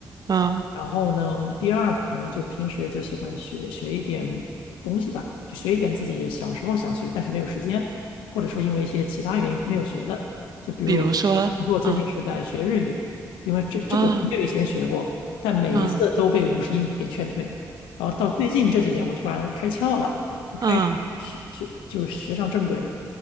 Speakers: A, on the right (about 50°); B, on the left (about 80°).
A: 嗯，
B: 然后呢，第二可能就平时就喜欢学学一点东西吧，就学一点自己小时候想学但是没有时间，或者说因为一些其他原因没有学的。就比如我，
A: 比如说，
B: 比如我最近是在学日语，
A: 嗯
B: 因为这这个我很久以前学过，
A: 啊
B: 但每一次都被五十音图给劝退。
A: 嗯
B: 然后到最近这几年，我突然开窍了，
A: 嗯
B: 学学就是学上正轨了，